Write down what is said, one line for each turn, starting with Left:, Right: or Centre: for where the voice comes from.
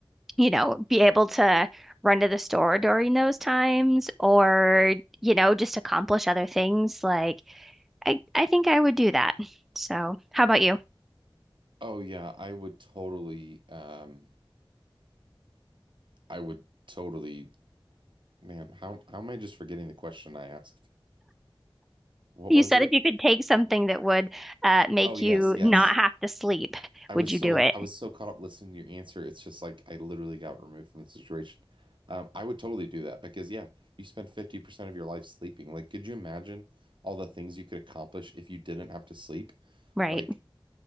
Centre: you know, be able to run to the store during those times or, you know, just accomplish other things. Like I, I think I would do that. So how about you?
Right: Oh yeah, I would totally um I would totally man, how how am I just forgetting the question I asked? What
Centre: You
Right: was
Centre: said
Right: it?
Centre: if you could take something that would uh, make
Right: Oh yes,
Centre: you
Right: yes.
Centre: not have to sleep,
Right: I
Centre: would
Right: was
Centre: you
Right: so
Centre: do it?
Right: I was so caught up listening to your answer. It's just like I literally got removed from the situation. Um, I would totally do that because yeah, you spend 50% of your life sleeping. Like, could you imagine all the things you could accomplish if you didn't have to sleep?
Centre: Right,
Right: Like